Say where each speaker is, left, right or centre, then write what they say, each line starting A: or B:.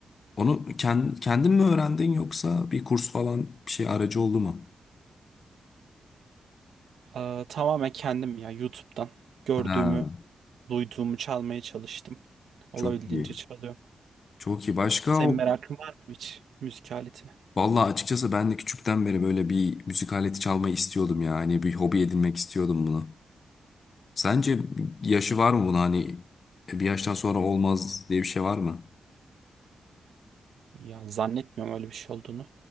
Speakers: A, on the left (about 50°); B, on the right (about 85°).
A: onu kend- kendin mi öğrendin yoksa bir kurs falan bir şey aracı oldu mu?
B: Ee, tamamen kendim ya YouTube'dan gördüğümü,
A: Ha,
B: duyduğumu çalmaya çalıştım. Olabildiğince
A: çok iyi.
B: çalıyorum.
A: Çok iyi. Başka
B: Senin
A: o
B: merakın var mı hiç müzik aletine?
A: Vallahi açıkçası ben de küçükten beri böyle bir müzik aleti çalmayı istiyordum ya. Hani bir hobi edinmek istiyordum bunu. Sence yaşı var mı buna hani e, bir yaştan sonra olmaz diye bir şey var mı?
B: Ya zannetmiyorum öyle bir şey olduğunu.